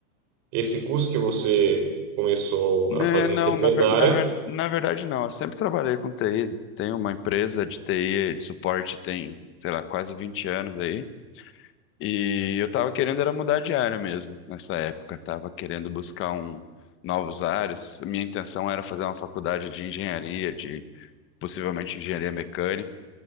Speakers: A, on the right (about 40°); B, on the left (about 30°).
A: esse curso que você começou
B: Né,
A: a fazer
B: não,
A: recentemente
B: na, ver-
A: na
B: na,
A: área.
B: ver- na verdade não. Eu sempre trabalhei com TI. Tenho uma empresa de TI, de suporte, tem, sei lá, quase 20 anos aí. E eu tava querendo era mudar de área mesmo nessa época. Tava querendo buscar um novos áreas Minha intenção era fazer uma faculdade de engenharia, de possivelmente engenharia mecânica.